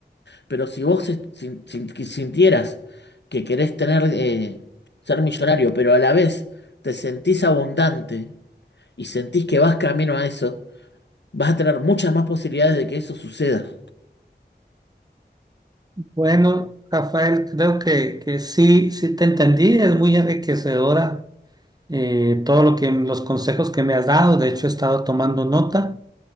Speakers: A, on the left; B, on the right.
A: Pero si vos es- sin- sin- que sintieras que querés tener, eh, ser millonario, pero a la vez te sentís abundante y sentís que vas camino a eso, vas a tener muchas más posibilidades de que eso suceda.
B: Bueno, Rafael, creo que, que sí, sí te entendí. Es muy enriquecedora eh, todo lo que los consejos que me has dado. De hecho, he estado tomando nota,